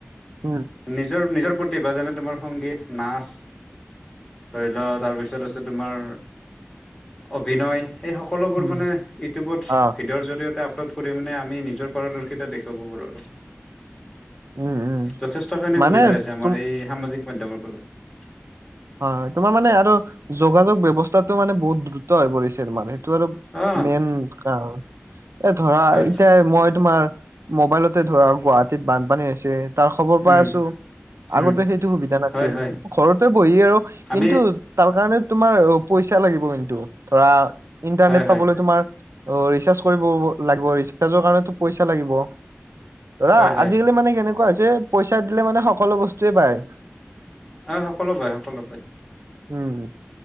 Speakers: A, on the right; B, on the left.
A: উম
B: নিজৰ নিজৰ প্ৰতিভা যেনে তোমাৰ সংগীত, নাচ ধৰি লোৱা তাৰপিছত আছে তোমাৰ অভিনয় এই সকলোবোৰ
A: উম
B: মানে ইউটিউবত
A: অ
B: ভী ডিয়ৰ জৰিয়তে আপলোড কৰি মানে আমি নিজৰ পাৰদৰ্শিতা দেখুৱাব পাৰো আৰু।
A: উম উম
B: যথেষ্টখিনি
A: মানে
B: সুবিধা হৈছে আমাৰ
A: তুম
B: এই সামাজিক মাধ্যমৰ ফলত।
A: অ হয় তোমাৰ মানে আৰু যোগাযোগ ব্যৱস্থাটো মানে বহুত দ্ৰুত হৈ পৰিছে মানে ধৰি লওক
B: অ
A: মেইন কাৰণ এ ধৰা
B: হয়
A: এতিয়া মই তোমাৰ মোবাইলতে ধৰা গুৱাহাটীত বানপানী হৈছে তাৰ খবৰ পাই
B: উম
A: আছো আগতে
B: উম
A: সেইটো সুবিধা নাছিল,
B: হয় হয়
A: ঘৰতে বহি আৰু কিন্তু
B: আমি
A: তাৰ কাৰণে তোমাৰ পইচা লাগিব কিন্তু ধৰা ইণ্টাৰনেট
B: হয় হয়
A: পাবলৈ তোমাৰ অ ৰিচাৰ্জ কৰিব লাগিব, ৰিচাৰ্জৰ কাৰনেতো পইচা লাগিব। ধৰা
B: হয় হয়
A: আজিকালি মানে কেনেকুৱা হৈছে পইচা দিলে মানে সকলো বস্তুয়ে পায়।
B: আহ সকলো পায় সকলো পায়।
A: উম।